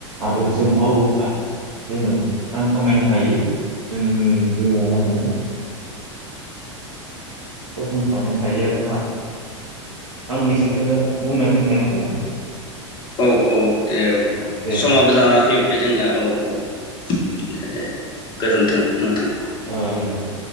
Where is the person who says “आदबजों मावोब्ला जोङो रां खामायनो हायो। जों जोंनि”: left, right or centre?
Right